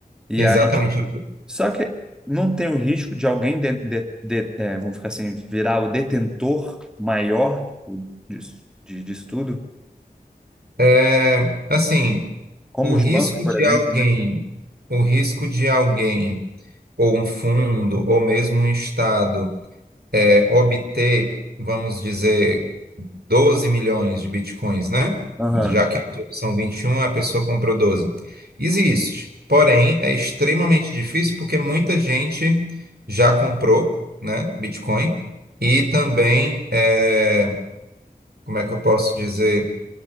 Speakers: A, in the centre; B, on the right.
A: E
B: Exatamente.
A: aí, tipo, só que não tem o risco de alguém de, de- de- é, vamos ficar assim, virar o detentor maior, tipo, disso, de- disso tudo,
B: É, assim,
A: como
B: o risco
A: os bancos, por
B: de
A: exemplo,
B: alguém,
A: né?
B: o risco de alguém, ou um fundo, ou mesmo um estado obter, vamos dizer, 12 milhões de bitcoins, né?
A: Aham.
B: Já que são vinte e um a pessoa comprou doze Existe, porém é extremamente difícil porque muita gente já comprou, né, Bitcoin e também, é, como é que eu posso dizer?